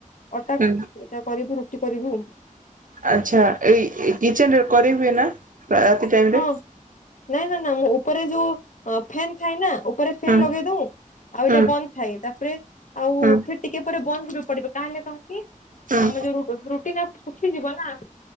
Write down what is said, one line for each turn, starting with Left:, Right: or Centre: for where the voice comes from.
Left: ଅଟା
Right: ହୁଁ
Left: ଅଟା କରିବୁ ରୁଟି କରିବୁ।
Right: ଆଛା, ଏଇ କିଚେନ ରେ କରେ ହୁଏ ନା, ରାତି ଟାଇମ ରେ
Left: ହଁ, ନାଇଁ ନା ନା, ମୁଁ ଉପରେ ଯୋଉ ଫ୍ୟାନ ଥାଏ ନା, ଉପରେ ଫ୍ୟନ୍
Right: ହୁଁ
Left: ଲଗେଇ ଦଉ। ଆଉ ଏଇଟା
Right: ହୁଁ
Left: ବନ୍ଦ ଥାଏ, ତାପରେ, ଆଉ
Right: ହୁଁ।
Left: ଫିର ଟିକେ ପରେ ବନ୍ଦ କରିବାକୁ ପଡିବ, କାଁଲେ କଣ କି?
Right: ହୁଁ
Left: ଆମ ଯୋଉ ରୁଟି ଟା ଶୁଖିଯିବ ନା?